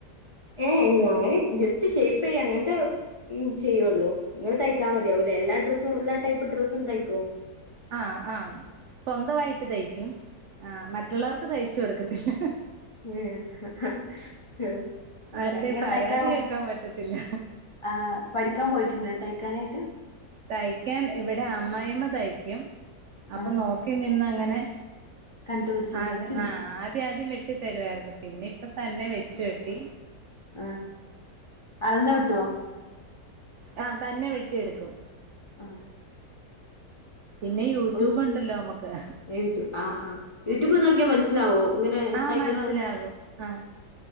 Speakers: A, on the left; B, on the right.
A: ഏഹ് ഞാന് ജസ്റ്റ് ഷേപ്പ് ചെയ്യ അങ്ങൻത്തെ ഉം ചെയ്യുള്ളൂ ങ്ങൾ തയ്ക്കാ മതിയാവൂല്ലേ എല്ലാ ഡ്രസ്സും എല്ലാ ടൈപ്പ് ഡ്രസ്സും തയ്ക്കോ
B: ആഹ് ആഹ് സ്വന്തമായിട്ട് തയ്ക്കും ആഹ്മറ്റുള്ളവർക്ക് തയ്ച്ചു കൊടുക്കത്തില്ല
A: ഉം ഹ ഹ ഉം അങ്ങനെ
B: ആരുടെയും
A: ഇങ്ങനെ
B: പരാതി
A: തയ്ക്കാൻ
B: കേക്കാൻ പറ്റത്തില്ല
A: ആ പഠിക്കാൻ പോയിട്ടുണ്ട് തയ്ക്കാനായിട്ട്
B: തയ്ക്കാൻ ഇവിടെ അമ്മായിമ്മ തയ്ക്കും അപ്പൊ
A: ആ
B: നോക്കി നിന്ന അങ്ങനെ
A: കണ്ടുപിടിച്ചിരുന്നു
B: ആതെ
A: നോക്കിന്ന്
B: ആഹ് ആദ്യം ആദ്യം വെട്ടി തരുവായിരുന്നു പിന്നെ ഇപ്പ തന്നെ വെച്ചു വെട്ടി
A: ആഹ് അളന്ന് വെട്ടോ
B: ആഹ് തന്നെ വെട്ടിയെടുക്കും
A: ആഹ്
B: പിന്നെ യൂട്യൂബ്
A: പ്പും
B: ഉണ്ടല്ലോ നമുക്ക്
A: യൂട് ആഹ് ആഹ് യൂട്യൂബ് നോക്കിയാ മനസ്സിലാവോ ഇങ്ങനെ
B: ആഹ്
A: തയ്ക്കണ
B: മനസ്സിലാകും ആഹ്